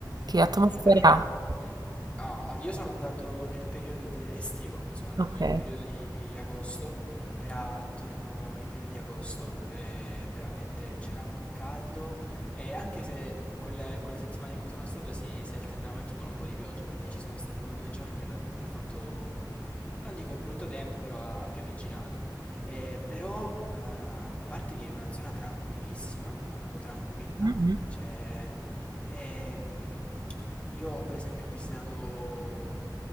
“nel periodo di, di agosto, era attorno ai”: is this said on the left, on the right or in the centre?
Left